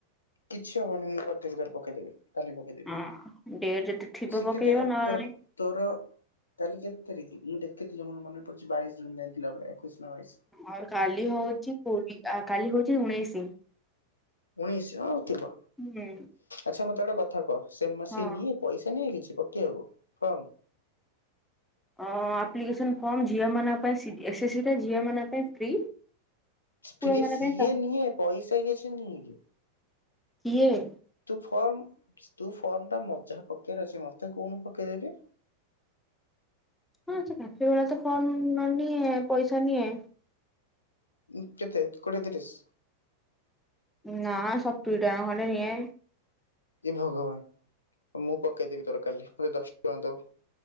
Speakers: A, on the left; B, in the centre.
A: କିଛି ହବନି, ମୁଁ କରଦେବି, ତୋର ପକେଇଦେବି। କାଲି ପକେଇଦବି,
B: ହଁ ଡେଟ୍ ଯଦି ଥିବ
A: ସେ
B: ପକେଇବ
A: କେତେ ଟ
B: ନହେଲେ
A: ତୋର ତୋର କାଲି କେତେ ତାରିକ୍, ମୁଁ ଦେଖିଥିଲି ମୋର ମନେ ପଡୁଛି ବାଇଶ ଜୁନରେ ଏମିତି ଥିଲା ଭଳିଆ। ଏକୋଇସି ନାଁ ବାଇସି?
B: ଆଉ କାଲି ହଉଚି କୋଡି, ଆ କାଲି ହଉଛି ଉଣେଇଶି।
A: ଉଣେଇଶ ହଁଥିବ,
B: ହୁଁ
A: ଆଛା ମତେ ଗୋଟେ କଥା କହ, ସେମ
B: ହଁ।
A: ସେ ନିଏ? ପଇସା ନିଏ କିଛି ପକେଇବାକୁ, ଫର୍ମ।
B: ଅଁ ଅ, ଆପ୍ଲିକେସନ୍ ଫର୍ମ ଝିଅମାନଙ୍କ ପାଇଁ, ସିଜି ଏ ସେ ସି ଟା, ଝିଅମାନଙ୍କ ପାଇଁ ଫ୍ରି। ପୁଅ
A: ଫ୍ରିଏ
B: ମାନଙ୍କ
A: ସିଏ
B: ପାଇଁ ତା
A: ନିଏ, ପଇସା କିଛି ନିଏକି?
B: କିଏବେ?
A: ତୁ ଫର୍ମ, ତୁ ଫର୍ମ ଟା ମଝିରେ ପକେଇବାର ଅଛି, ମତେ କହୁନୁ ପକେଇଦେବି।
B: ହଁ, ସେ ପକେଇବାକୁତ ତ ଫର୍ମ ନନିଏ, ପଇସା ନିଏ।
A: ଉଁ କେତେ, କୋଡିଏ ତିରିଶି?
B: ନା, ସତୁରି ଟଙ୍କା ଖଣ୍ଡେ ନିଏ।
A: ଏ ଭଗବାନ, ମୁଁ ପକେଇଦେବି ତୋର କାଲି, ମତେ ଦଶଟଙ୍କା ଦବୁ।